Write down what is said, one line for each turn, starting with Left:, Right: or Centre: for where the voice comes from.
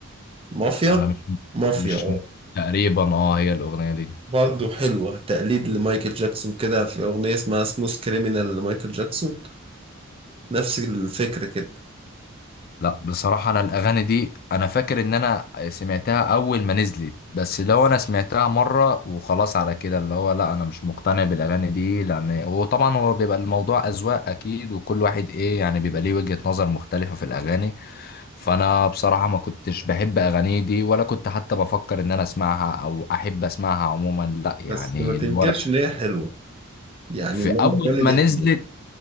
Right: مافيا؟
Left: انا مش
Right: مافيا
Left: مش
Right: اه
Left: م- تقريبا اه هي الاغنيه دي
Right: برضه حلوة تقليد لمايكل جاكسون كده في أغنية اسمها سموث كريمينال لمايكل جاكسون نفس الفكرة كده
Left: لا بصراحة أنا الأغاني دي أنا فاكر إن أنا سمعتها أول ما نزلت بس لو أنا سمعتها مرة وخلاص على كده اللي هو لا أنا مش مقتنع بالأغاني دي لأن وطبعا هو بيبقى الموضوع أذواق أكيد وكل واحد إيه يعني بيبقى ليه وجهة نظر مختلفة في الأغاني فأنا بصراحة ما كنتش بحب أغاني دي ولا كنت حتى بفكر إن أنا أسمعها أو أحب أسمعها عموما لا يعني
Right: بس ما تنكرش
Left: اللي هو لا.
Right: ان هي حلوة يعني
Left: في
Right: نمبر
Left: أول
Right: جن
Left: ما
Right: دي
Left: نزلت
Right: حلوة